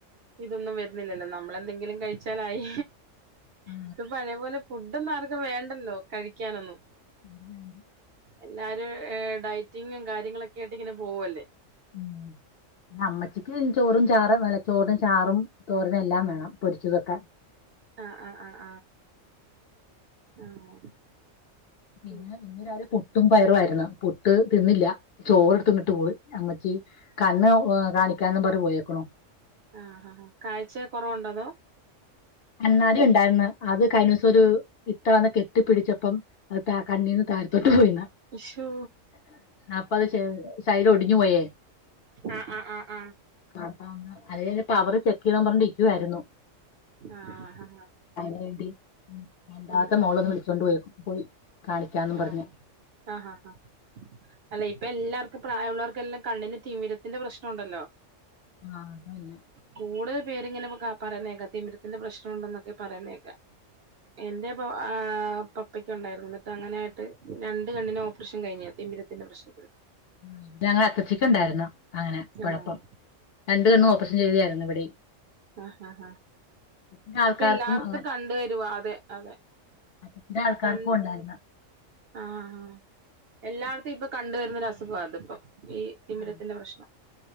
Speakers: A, on the right (about 60°); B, on the left (about 60°).
A: ഇതൊന്നും വരുന്നില്ലല്ലോ നമ്മളെന്തെങ്കിലും കഴിച്ചാലായി
B: ആ
A: ഇപ്പൊ പഴയ പോലെ ഫുഡൊന്നും ആർക്കും വേണ്ടല്ലോ കഴിക്കാനൊന്നും
B: <unintelligible>
A: എല്ലാരും ഡയറ്റിങ്ങും കാര്യങ്ങളൊക്കെ ആയിട്ട് ഇങ്ങനെ പോവുവല്ലേ
B: ഉം അമ്മച്ചിക്ക് ചോറും ചാറും <unintelligible> ചോറിന് ചാറും, തോരനും എല്ലാം വേണം പൊരിച്ചതൊക്കെ.
A: ആഹ്, ആഹ്, ആഹ്. ആഹ്
B: പിന്നെ
A: ഉം
B: <unintelligible> ഇന്ന് രാവിലെ പുട്ടും പയറുവായിരുന്നു പുട്ട് തിന്നില്ലാ ചോറെടുത്ത് തിന്നിട്ട് പോയി അമ്മച്ചി കണ്ണ് ഏഹ് കാണിക്കാൻന്നും പർഞ്ഞ് പോയേക്കണു.
A: ആഹ്, ആഹ്, കാഴ്ച കൊറവ്ണ്ടോ അതോ?
B: എന്നാലും ഇണ്ടായിര്ന്ന് അത് കഴിഞ്ഞ ദിവസം ഒരു ഇത്തവന്ന് കെട്ടിപ്പിടിച്ചപ്പം അത് ത കണ്ണീന്ന് താഴത്തോട്ട് പോയിന്ന്
A: ഇശോ
B: അപ്പ അത് ശെ സൈഡ് ഒടിഞ്ഞ് പോയേ.
A: ആഹ് ആഹ് ആഹ്
B: അപ്പ ഒന്ന് അല്ലെങ്കിലും അയിൻ്റെ പവറ് ചെക്ക് ചെയ്യണം പറഞ്ഞ് നിക്കുവാരുന്നു
A: ആഹ്, ആഹ്
B: അതിന് വേണ്ടി രണ്ടാത്തെ
A: ഉം ഉം
B: മോള് വന്ന്
A: ഉം
B: വിളിച്ചോണ്ട്പോയി പോയി. കാണിക്കാന്നും
A: ആഹ്,
B: പറഞ്ഞ്
A: ആഹ്, ആഹ്, അല്ല ഇപ്പൊ എല്ലാർക്കും പ്രായമുള്ളവർക്കെല്ലാം കണ്ണിന് തിമിരത്തിന്റെ പ്രശ്നം ഒണ്ടല്ലോ?
B: ആഹ് അതല്ലാ.
A: കൂടുതെൽ പേര് ഇങ്ങനെ പറയുന്നേക്കാ തിമിരത്തിന്റെ പ്രശ്നൊണ്ടെന്ന്ക്കെ പറയുന്നേക്കാം. എന്റെ പ ആഹ് പപ്പയ്ക്കൊണ്ടായിര്ന്നു ഇന്നട്ട് ട്ടങ്ങനെ ആയിട്ട് രണ്ട് കണ്ണിനും ഓപ്പറേഷേൻ കഴിഞ്ഞെയാ തിമിരത്തിന്റെ പ്രശ്നത്തിന്
B: ഉം ഞങ്ങളെ അപ്പച്ചിക്ക് ഒണ്ടായിര്ന്നു അങ്ങനെ കൊഴപ്പം
A: ആഹ്
B: രണ്ട് കണ്ണും ഓപ്പറേഷെൻ ചെയ്തായിരുന്നു ഇവിടെയും.
A: ആഹ് ആഹ്
B: ചില ആൾക്കാർക്കും
A: ഇപ്പ എല്ലാട്ത്തും
B: അങ്ങനെ
A: കണ്ട് വെരുവാ അതെ, അതെ.
B: അധികം ആൾക്കാർക്കും
A: കൺ
B: ഒണ്ടായിര്ന്നു.
A: ആഹ് ആഹ് എല്ലാടത്തും ഇപ്പൊ കണ്ടുവെരുന്നൊരു അസുഖാ ഇത്പ്പം. ഈ തിമിരത്തിന്റെ
B: ആഹ്
A: പ്രശ്നം